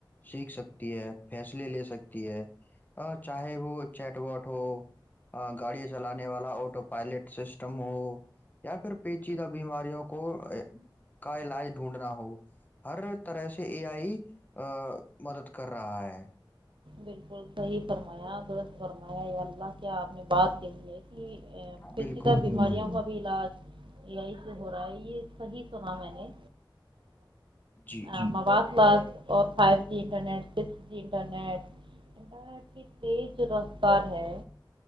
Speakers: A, on the left; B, on the right.
A: سیکھ سکتی ہے فیصلے لے سکتی ہے چاہے وہ چیٹ واٹ ہو گاڑیاں چلانے والا آٹو پائلٹ سسٹم ہو یا پھر پیچیدہ بیماریوں کو کا علاج ڈھونڈنا ہو ہر طرح سے ا آئی مدد کر رہا ہے
B: بالکل صحیح فرمایا درست فرمایا ہے اللہ کیا آپ نے بات کہی ہے کہ پیتی
A: بالکل
B: ت
A: بالکل
B: بیماریا کا بھی علاج یہی سے ہو رہا ہے یہ صحی سنا میں نے
A: جی
B: ا بابا بس اور five G internet six G internet internet کی تیز جو رفتار ہے